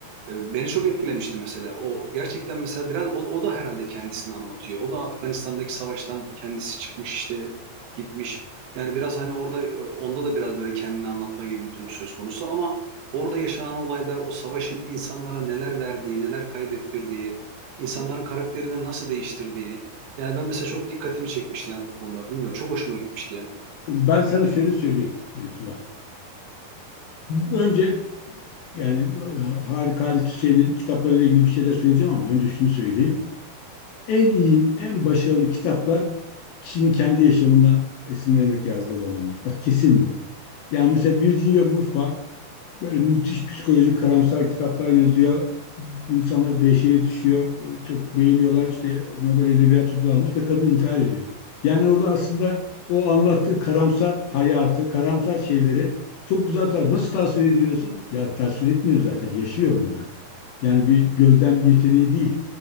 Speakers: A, on the right; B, on the left.
A: e, Beni çok etkilemişti mesela. O gerçekten mesela biraz o, o da herhalde kendisini anlatıyor. O da Afganistan'daki savaştan kendisi çıkmış işte gitmiş. Yani biraz hani orada e, onda da biraz böyle kendini anlatma gibi bir durum söz konusu ama orada yaşanan olaylar o savaşın insanlara neler verdiği, neler kaybettirdiği, insanların karakterini nasıl değiştirdiği. Yani ben mesela çok dikkatimi çekmişti yani bu konular. Bilmiyorum çok hoşuma gitmişti ya.
B: Ben sana şöyle söyleyeyim Beytullah. Önce yani e, Harika Halit Hüseyin'in kitaplarıyla ilgili bir şeyler söyleyeceğim ama önce şunu söyleyeyim. En iyi, en başarılı kitaplar kişinin kendi yaşamından esinlenerek yazdığı romanlar. Bak kesin bu. Yani mesela Virginia Woolf var. Böyle müthiş psikolojik karamsar kitaplar yazıyor. İnsanlar dehşete düşüyor. Çok beğeniyorlar. İşte Nobel Edebiyat Ödülü almış ve kadın intihar ediyor. Yani orada aslında o anlattığı karamsar hayatı, karamsar şeyleri çok güzel tar- Nasıl tasvir ediyorsun? Ya tasvir etmiyor zaten. Yaşıyor onları. Yani bir gözlem yeteneği değil.